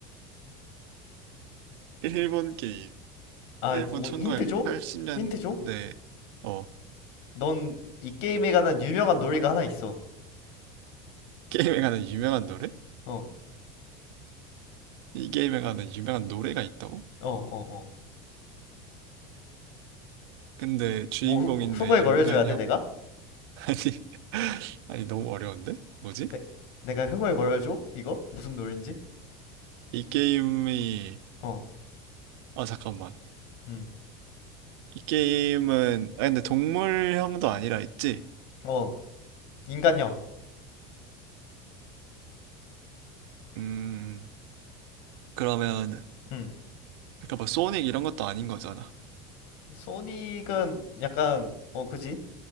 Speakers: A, on the right; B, on the left.
A: 일본 게임.
B: 아
A: 일본
B: 뭐
A: 1980년대
B: 힌트 줘 힌트
A: 어
B: 줘 넌 이 게임에 관한 유명한 놀이가 하나 있어
A: 게임에 관한 유명한 노래?
B: 어
A: 이 게임에 관한 유명한 노래가 있다고?
B: 어
A: 근데 주인공인데
B: 어 어 뭐 흥얼거려
A: 인간형?
B: 줘야 돼 내가
A: <laughs> 아니 <laughs> 아니 너무 어려운데? 뭐지?
B: 내, 내가 흥얼거려 줘 이거 무슨 노래인지
A: 이 게임이
B: 어
A: 아 잠깐만
B: 음,
A: 이 게임은 아 근데 동물형도 아니라 있지?
B: 어, 인간형.
A: 음 그러면
B: 음,
A: 그러니까 막 소닉 이런 것도 아닌 거잖아
B: 소닉은 약간 어, 그지?